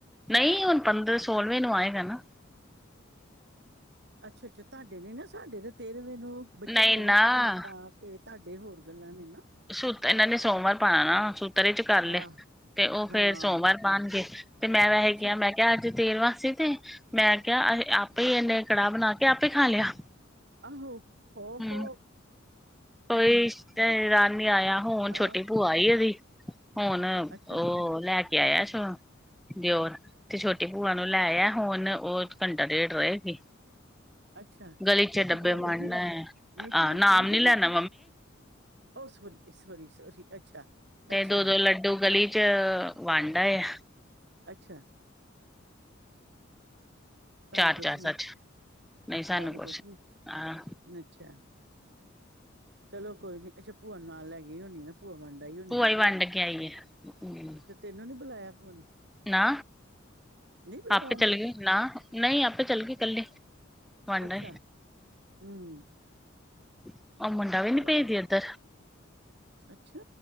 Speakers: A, in the centre; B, on the right (about 60°).
A: ਨਈ ਹੁਣ ਪੰਦਰ ਸੋਲਵੇਂ ਨੂੰ ਆਏਗਾ ਨਾ
B: ਅੱਛਾ-ਅੱਛਾ ਤੁਹਾਡੇ ਵੀ ਨਾ ਸਾਡੇ ਤੇ ਤੇਰਵੇਂ ਨੂੰ ਬੱਚੇ
A: ਨਹੀਂ
B: ਨੂੰ ਨਵਾਂ
A: ਨਾ
B: ਕੱਪੜਾ ਪਾ ਕੇ ਤਹਾਡੇ ਹੋਰ ਗੱਲਾਂ ਨੇ ਨਾ
A: ਸੂਤ ਏਨਾਂ ਨੇ ਸੋਮਵਾਰ ਪਾਣਾ ਨਾ ਸੂਤਰ ਚ ਕਰ ਲੇ
B: ਆਹ
A: ਤੇ ਉਹ
B: ਹਾਂ
A: ਫੇਰ ਸੋਮਵਾਰ ਪਾਣਗੇ ਤੇ ਮੈਂ ਵੇਹੇ
B: ਅੱਛਾ
A: ਕਿਹਾ ਮੈਂ ਕਿਹਾ ਅੱਜ ਤੇਰਵਾਂ ਸੀ ਤੇ ਮੈਂ ਕਿਹਾ ਆਪੇ ਇਹਨੇ ਕੜਾਹ ਬਣਾ ਕੇ ਆਪੇ ਖਾ ਲਿਆ।
B: ਆਹੋ ਸੋ
A: ਹੂੰ,
B: ਸੋ।
A: ਕੋਈ ਤੇ ਰਾਤ <inaudible> ਆਇਆ ਹੁਣ ਛੋਟੀ
B: ਆਹ
A: ਭੂਆ ਆਈ ਉਹਦੀ ਹੁਣ
B: ਅੱਛਾ
A: ਉਹ ਲੈ ਕੇ ਆਇਆ ਦਿਓਰ ਤੇ ਛੋਟੀ ਭੂਆ ਨੂੰ ਲੈ ਇਆ ਹੁਨ ਉਹ ਘੰਟਾ ਡੇਢ ਰਹੇਗੀ।
B: ਅੱਛਾ
A: ਗਲੀ
B: ਛੋਟੀ
A: ਚ ਡੱਬੇ
B: ਭੂਆ
A: ਵੰਡ
B: ਨਿਧੀ ਨੂੰ
A: ਆਏ
B: ਨਿਧੀ ਨੂੰ
A: ਨਾਮ
B: ਨਿਧੀ
A: ਨੀ ਲੇਣਾ
B: ਨੂੰ ਓ ਸੋਰੀ- ਸੋਰੀ - ਸੋਰੀ ਅੱਛਾ।
A: ਤੇ
B: ਅੱਛਾ
A: ਦੋ-ਦੋ ਲੱਡੂ ਗਲੀ ਚ ਵੰਡ ਆਇਆ।
B: ਅੱਛਾ। ਤੁਹਾਨੂੰ
A: ਚਾਰ-ਚਾਰ
B: ਕੁਛ ਨੀ
A: ਸੱਚ। ਨਹੀਂ ਸਾਨੂੰ
B: ਤੁਹਾਨੂੰ ਕੁਛ ਨੀ
A: ਹਾਂ
B: ਅੱਛਾ। ਚਲੋ ਕੋਈ ਨੀ ਅੱਛਾ ਭੂਆ ਨਾਲ ਲੈ ਗਈ ਹੋਣੀ ਆ। ਭੂਆ ਵੰਡ ਆਈ ਹੁਨੀ
A: ਭੂਆ
B: ਏ,
A: ਹੀ ਵੰਡ ਕੇ ਆਈ ਹੂੰ
B: ਤੇ ਤੈਨੂੰ ਨੀ ਬੁਲਾਇਆ ਭੂਆ ਨੇ?
A: ਨਾ,
B: ਨਹੀਂ ਬੁਲਾਇਆ
A: ਆਪੇ
B: ਨੇ
A: ਚੱਲ ਗਈ। ਨਾ ਨਹੀਂ ਆਪੇ ਚੱਲ ਗਈ ਕੱਲੇ। ਵੰਡ
B: ਅੱਛਾ
A: ਆਏ।
B: ਹੂੰ
A: ਉਹ ਮੁੰਡਾ ਵੀ ਨੀ
B: ਵਾਹ
A: ਭੇਜਦੀ ਏਦਰ,
B: ਅੱਛਾ